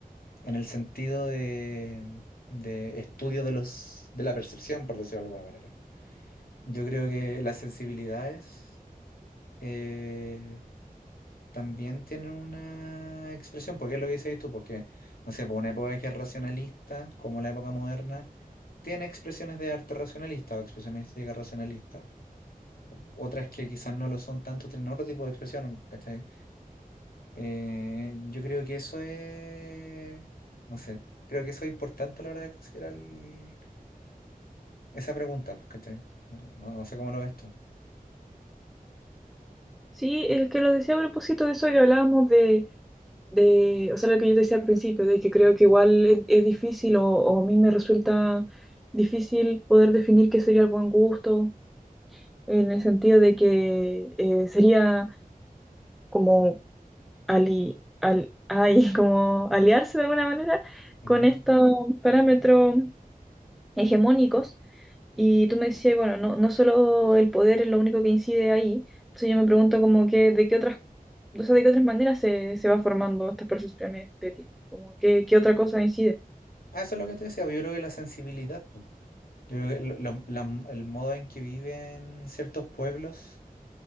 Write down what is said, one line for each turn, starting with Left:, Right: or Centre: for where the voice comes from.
Left: en el sentido de, de estudio de los, de la percepción, por decirlo de alguna manera. Yo creo que las sensibilidades eh, también tienen una expresión, porque es lo que dices tú, porque, no sé, por una época que es racionalista, como la época moderna, tiene expresiones de arte racionalista o expresiones estéticas racionalistas. Otras que quizás no lo son tanto, tienen otro tipo de expresión, ¿cachai? Eh, yo creo que eso es, no sé, creo que eso es importante a la hora de considerar el- esa pregunta, pues, ¿cachai? No, no- no sé cómo lo ves tú.
Centre: Sí, es que lo decía a propósito de eso que hablábamos de de, o sea, lo que yo decía al principio, de que creo que igual es, es difícil o, o a mí me resulta difícil poder definir qué sería el buen gusto, en el sentido de que eh, sería como, ali, al, ay, <laughs> como aliarse de alguna manera
Left: Ujú.
Centre: con estos parámetros hegemónicos y tú me decías, bueno, no, no solo el poder es lo único que incide ahí. Entonces yo me pregunto como que, ¿de qué otras, o sea, de qué otras maneras se, se va formando estas percepciones estéticas Como que, ¿qué otra cosa incide?
Left: Ah, eso es lo que te decía, pues, yo creo que la sensibilidad, pues. Yo creo que lo- lo- la- el modo en que viven ciertos pueblos